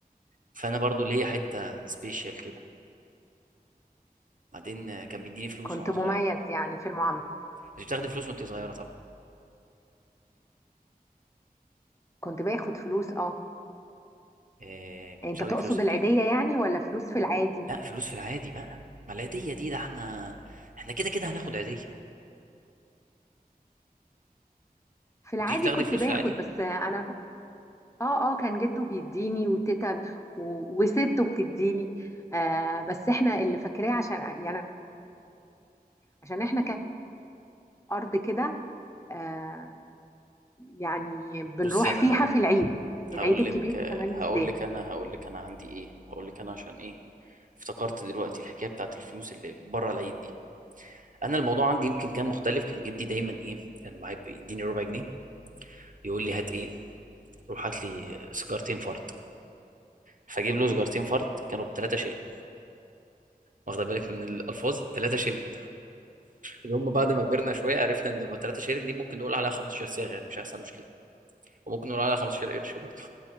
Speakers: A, on the right (about 60°); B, on the left (about 20°).
A: فانا برضه ليا حته سبيشال كده بعدين كان بيديني فلوس
B: كنت
A: وانا
B: مميز
A: صغير
B: يعني في المعاملة
A: اه كنت بتاخدي فلوس وانت صغيره طبعا
B: كنت باخد فلوس أه
A: إيه كنت
B: أنت
A: بتاخدي
B: تقصد
A: فلوس قد
B: العيدية
A: ايه
B: يعني ولا فلوس في العادي
A: لا فلوس في العادي بقى ما العيديه دي ده احنا احنا كده كده هناخد عيديه
B: في العادي
A: كنتيش بتاخدي
B: كنت
A: فلوس
B: باخد
A: في العادي
B: بس أنا اه اه كان جده بيديني وتيتا ب- و- وسته بتديني آه بس احنا اللي فاكراه عشان يعني عشان احنا كان ارض كده آه يعني بنروح
A: بصي انا
B: فيها
A: هقول
B: في العيد
A: هقول
B: العيد الكبير
A: لك
B: كمان
A: هقول
B: بالذات
A: لك انا هقول لك انا عندي ايه هقول لك انا عشان ايه افتكرت دلوقتي الحكايه بتاعت الفلوس اللي بره العيد دي انا الموضوع عندي يمكن كان مختلف كان جدي دايما ايه كان معايا بيديني ربع جنيه يقول لي هات ايه روح هات لي سيجارتين فرد فاجيب له سيجارتين فرد كانوا ب 3 شيل واخده بالك من الالفاظ 3 شيل اللي هم بعد ما كبرنا شويه عرفنا ان هو 3 شهادات دي ممكن نقول عليها 15 صاغه يعني مش هيحصل مشكله وممكن نقول عليها 15 قرش برضه